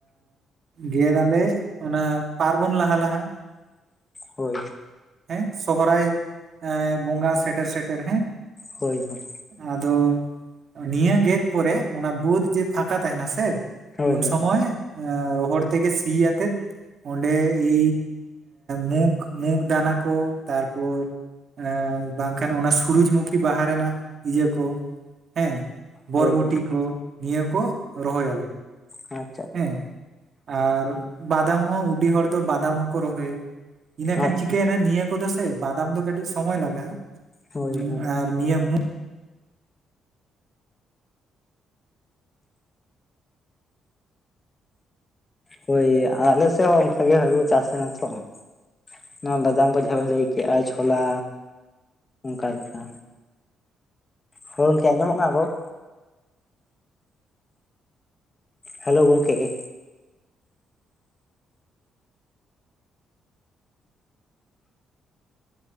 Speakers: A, on the right; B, on the left.
A: ᱜᱮᱫᱟᱞᱮ ᱚᱱᱟ ᱯᱟᱨᱵᱚᱱ ᱞᱟᱦᱟ ᱞᱟᱦᱟ
B: ᱦᱳᱭ
A: ᱦᱮᱸ ᱥᱚᱦᱨᱟᱭ ᱮ ᱵᱚᱸᱜᱟ ᱥᱮᱴᱮᱨ ᱥᱮᱴᱮᱨ ᱦᱮᱸ
B: ᱦᱳᱭ ᱦᱳᱭ
A: ᱟᱫᱚ ᱱᱤᱭᱟᱹ ᱜᱮᱫ ᱯᱚᱨᱮ ᱚᱱᱟ ᱵᱟᱹᱫᱽ ᱡᱮ ᱯᱷᱟᱸᱠᱟ ᱛᱟᱦᱮᱱᱟ ᱥᱮ
B: ᱦᱳᱭ
A: ᱩᱱ
B: ᱦᱳᱭ
A: ᱥᱚᱢᱚᱭ ᱨᱚᱦᱚᱲ ᱛᱮ ᱥᱤᱭᱟᱛᱮᱜ ᱚᱸᱰᱮ ᱮ ᱢᱩᱠ ᱢᱩᱠᱷ ᱫᱟᱱᱟ ᱠᱚ ᱛᱟᱨᱯᱚᱨ ᱮ ᱵᱟᱝᱠᱷᱟᱱ ᱚᱱᱟ ᱥᱩᱨᱡᱢᱩᱠᱷᱤ ᱵᱟᱦᱟ ᱨᱮᱱᱟᱜ ᱤᱭᱟᱹ ᱠᱚ ᱦᱮᱸ
B: ᱦᱳᱭ
A: ᱵᱚᱨᱵᱚᱴᱤ
B: ᱦᱳᱭ
A: ᱠᱚ ᱱᱤᱭᱟᱹ ᱠᱚ ᱨᱚᱦᱚᱭᱟᱞᱮ
B: ᱦᱟᱪ
A: ᱦᱮᱸ ᱟᱨ ᱵᱟᱫᱟᱢ ᱦᱚᱸ ᱩᱩᱰᱤ ᱦᱚᱲ ᱫᱚ ᱵᱟᱫᱟᱢ ᱦᱚᱸᱠᱚ ᱨᱚᱦᱚᱭᱟ ᱤᱱᱟᱹ ᱠᱷᱟᱱ
B: ᱟᱪᱪᱷᱟ
A: ᱪᱤᱠᱟᱹᱭᱮᱱᱟ ᱱᱤᱭᱟᱹ ᱠᱚᱫᱚ ᱥᱮ ᱵᱟᱫᱟᱢ ᱫᱚ ᱠᱟᱹᱴᱤᱡ ᱥᱚᱢᱚᱭ ᱞᱟᱜᱟᱜᱼᱟ
B: ᱦᱳᱭ
A: ᱦᱩᱸ
B: ᱦᱳᱭ
A: ᱟᱨ ᱱᱤᱭᱟᱹ ᱢᱩ
B: ᱦᱳᱭ ᱟᱞᱮ ᱥᱮᱜ ᱦᱚᱸ ᱚᱝᱠᱟ ᱜᱮ ᱦᱟᱹᱜᱩ ᱠᱚ ᱪᱟᱥ ᱛᱟᱦᱮᱱᱟ ᱛᱚ ᱦᱟᱸᱜ ᱚᱱᱟ ᱵᱟᱫᱟᱢ ᱠᱚ ᱡᱟᱦᱟᱸ ᱵᱮᱱ ᱞᱟᱹᱭ ᱠᱮᱜᱼᱟ ᱪᱷᱳᱞᱟ ᱚᱝᱠᱟ ᱞᱮᱠᱟ ᱦᱳᱭ ᱦᱚᱝᱠᱮ ᱟᱸᱡᱚᱢᱚᱜ ᱠᱟᱱᱟ ᱨᱚᱲ ᱦᱮᱞᱳ ᱜᱚᱝᱠᱮᱜᱼᱮ